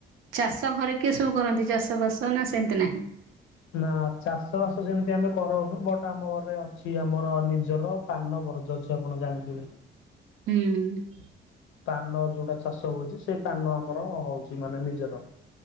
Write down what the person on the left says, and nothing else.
ନା ଚାଷ ବାସ ସେମିତି ଆମେ କରଉନୁ ବଟ ଆମ ଘରେ ଅଛି ଆମର ନିଜର ପାନ ବର୍ଜ ଅଛି ଆପଣ ଜାଣିଥିବେ।
ପାନ ଯୋଉଟା ଚାଷ ହଉଛି ସେଇ ପାନ ଆମର ହଉଛି ମାନେ ନିଜର।